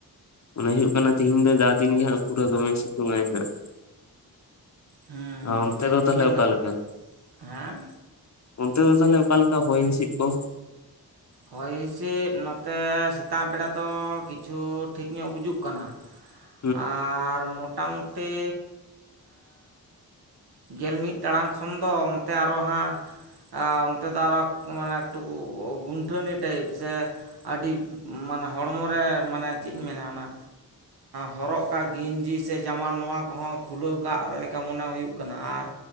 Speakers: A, on the left (about 45°); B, on the right (about 80°).
A: ᱚᱱᱮ ᱦᱩᱭᱩᱜ ᱠᱟᱱᱟ ᱛᱤᱦᱤᱧ ᱫᱚ ᱡᱟ ᱫᱤᱱ ᱜᱮ ᱦᱟᱸᱜ ᱯᱩᱨᱟᱹ ᱫᱚᱢᱮᱭ ᱥᱤᱛᱩᱝ ᱟᱭ ᱦᱟᱸᱜ᱾
B: ᱦᱮᱸ ᱛᱚᱵᱮ
A: ᱚᱱᱛᱮ ᱫᱚ
B: ᱛᱮᱦᱮᱧ
A: ᱛᱟᱦᱚᱞᱮ ᱚᱠᱟ
B: ᱜᱟᱯᱟ
A: ᱞᱮᱠᱟ?
B: ᱦᱮᱸ
A: ᱚᱱᱛᱮ ᱫᱚ ᱛᱟᱦᱚᱞᱮ ᱚᱠᱟ ᱞᱮᱠᱟ ᱦᱚᱭ ᱦᱤᱸᱥᱤᱫ ᱠᱚ?
B: ᱦᱚᱭ ᱦᱤᱸᱥᱤᱫ ᱱᱚᱛᱮ ᱥᱮᱛᱟᱜ ᱵᱮᱲᱟ ᱫᱚ ᱠᱤᱪᱷᱩ ᱴᱷᱤᱠ ᱧᱚᱜ ᱵᱩᱡᱩᱜ ᱠᱟᱱᱟ᱾
A: <inaudible>
B: ᱟᱨ ᱢᱚᱴ ᱢᱚᱴᱟᱢᱩᱴᱤ ᱜᱮᱞ ᱢᱤᱫ ᱴᱟᱲᱟᱝ ᱠᱷᱚᱱ ᱫᱚ ᱛᱮ ᱟᱨᱚ ᱦᱟᱸᱜ ᱚᱱᱛᱮ ᱫᱚ ᱟᱨᱚ ᱢᱟᱱᱮ ᱮᱠᱴᱩᱠᱩ ᱜᱩᱱ ᱟᱹᱴᱷᱟᱹᱱᱤ ᱴᱟᱭᱤᱯ ᱥᱮ ᱟᱹᱰᱤ ᱢᱟᱱᱮ ᱦᱚᱲᱢᱚ ᱨᱮ ᱢᱟᱱᱮ ᱪᱮᱫ ᱤᱧ ᱢᱮᱱᱟ ᱚᱱᱟ ᱦᱚᱨᱚᱜ ᱠᱟᱜ ᱜᱮᱤᱧᱡᱤ ᱥᱮ ᱡᱟᱢᱟ ᱱᱚᱣᱟ ᱠᱚᱦᱚᱸ ᱠᱷᱩᱞᱟᱹᱣ ᱠᱟᱜ ᱞᱮᱠᱟ ᱢᱚᱱᱮ ᱦᱩᱭᱩᱜ ᱠᱟᱱᱟ ᱾ ᱠᱟᱱᱟ ᱟᱨ